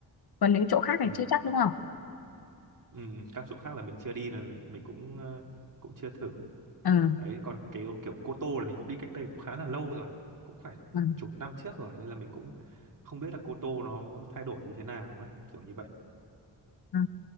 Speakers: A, on the left; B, on the right.
A: còn những chỗ khác thì
B: ừ,
A: chưa chắc đúng không
B: ừ. ừ. các chỗ khác là mình chưa đi là mình cũng ờ, cũng chưa thử
A: ừ,
B: đấy còn cái kiểu Cô Tô là mình cũng đi cách đây cũng khá là lâu rồi cũng phải
A: ừ,
B: chục năm trước rồi nên là mình cũng không biết là Cô Tô nó thay đổi như thế nào ấy kiểu như vậy
A: ừ.